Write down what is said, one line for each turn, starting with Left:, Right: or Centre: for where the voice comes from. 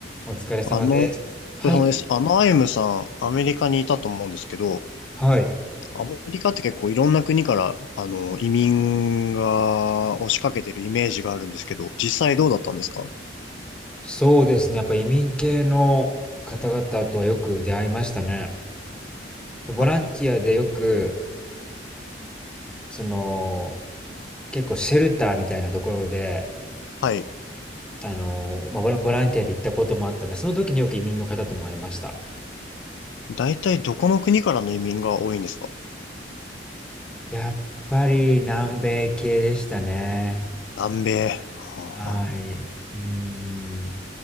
Centre: お疲れ様です。
Left: あの、お疲れ様です。
Centre: はい。
Left: あのアイムさん、アメリカにいたと思うんですけど、
Centre: はい。
Left: アメリカって結構いろんな国から、あの、移民が押しかけてるイメージがあるんですけど、実際どうだったんですか
Centre: そうですね。やっぱ移民系の方々とはよく出会いましたね。やっぱボランティアでよく、
Left: あ、
Centre: その、結構シェルターみたいなところで、
Left: はい。
Centre: あの、まあ、ボラン、ボランティアで行ったこともあったので、その時によく移民の方とも会いました。
Left: 大体どこの国からの移民が多いんですか
Centre: やっぱり南米系でしたね。
Left: 南米。はあはあはあ
Centre: はい。うーん。